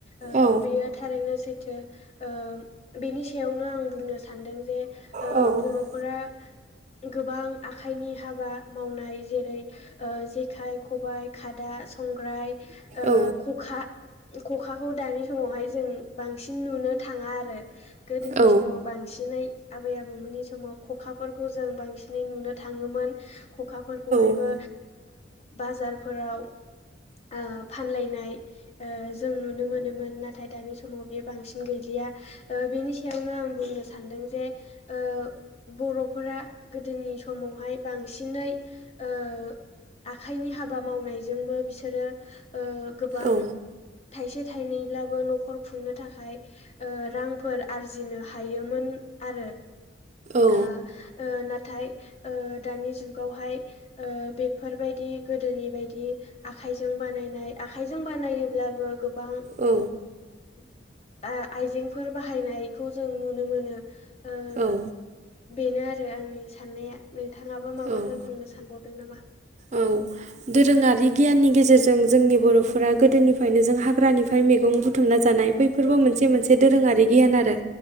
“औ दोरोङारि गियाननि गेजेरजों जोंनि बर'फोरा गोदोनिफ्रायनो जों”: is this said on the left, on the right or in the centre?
Right